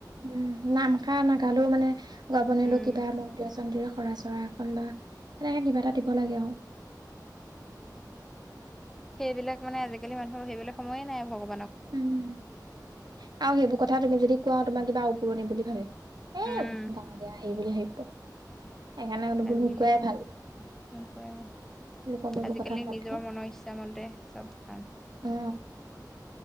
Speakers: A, on the right (about 70°); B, in the centre.
A: উম নাম খা নাগালেও মানে গাব নোৱাৰিলো
B: উম
A: কিবা মন্দিৰ-চন্দিৰ শৰাই চৰাই বা এনেকে কিবা এটা দিব লাগে আহ
B: সেইবিলাক মানে আজিকালি মানুহ সেইবাক সময় নাই ভগৱান
A: উ আৰু সেইবোৰ কথা তুমি যদি কোৱা তোমাক কিবা আপুৰণি বুলি ভাবেিম এ
B: উম
A: গাঁৱ দিয় আহি বুলি ভাবিব সেইকাৰণে অলপবোৰ
B: <unintelligible>
A: নোকোৱাই ভাল লোকক এইবোৰ
B: আজিকালি
A: কথা কোৱাতকে
B: নিজৰ মনৰ ইচ্ছামতে চব পান
A: অ